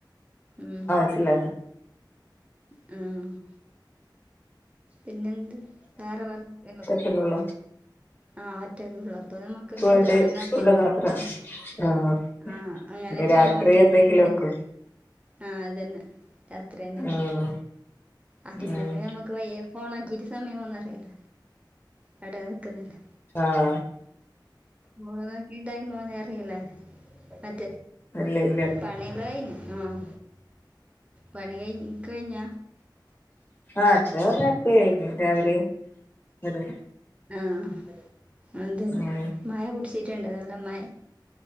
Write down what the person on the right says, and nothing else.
ഉം
മ്മ് പിന്നെന്ത് വേറെ വർത്താനം
ആഹ് ഒറ്റക്കള്ള അപ്പൊ നമ്മുക്ക് ഇനെ
എന്ത് വേണ ആക്കില്ലെ
ആഹ്
ആഹ് അങ്ങനെ
ഫോണ്
നോക്കിട്ട
ഇണ്ട
ആഹ് അതന്നെ രാത്രി എന്തെങ്കിലക്ക
അരില്ലങ്ങനെ
നമ്മക്ക് പയ്യ ഫോണ് ആക്കി ഇരി സമയമോന്ന അറിയില്ല എവിടയാ നിൽക്കുന്നില്ലേ
മഓണക്കി ടൈറ്റ നോക്കി ടൈമന്ന അറിയില്ല മറ്റേ
പണി ഒക്ക കഴിഞ്ഞു പണി ഒക്ക കഴിഞ്ഞ
ആഹ് അതന്നെ
മായ കുടിച്ച ട്ടുണ്ട് നല്ല മഴ